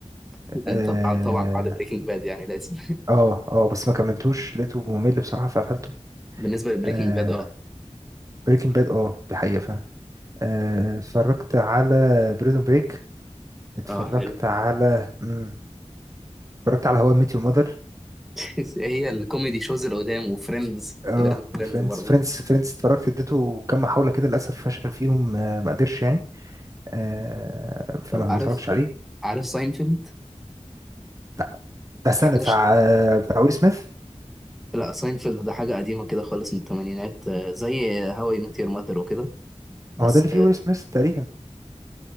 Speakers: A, in the centre; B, on the right.
A: <laughs>
B: اه
A: طبعا طبعا بعد بريكنج باد يعني لازم
B: اه آه، بس ما كملتوش لقيته ممل بصراحة فقفلته
A: <laughs> بالنسبه لبريكنج
B: آه
A: باد اه
B: بريكنج باد اه دي حقيقة فعلا آه، اتفرجت على بريزون بريك اتفرجت
A: اه حلو
B: على مم. اتفرجت على هواء ميت يور ماذر
A: <laughs> هي الكوميدي شوز اللي قدام وفريندز
B: اه
A: لازم
B: وفريندز
A: فريندز برضه
B: فريندز فريندز اتفرجت اديته كام محاولة كده للأسف فشل فيهم آه، ما قدرش يعني آه، فما
A: طب عارف
B: ما اتفرجتش عليه
A: عارف ساينفيلد
B: ده ده السنة
A: حاجه
B: بتاع
A: ش...
B: آه، بتاع ويل سميث
A: لا ساينفيلد ده حاجه قديمه كده خالص من الثمانينات آه، زي هاو اي ميت يور ماذر وكده بس
B: هو ده اللي فيه ويل سميث تقريبا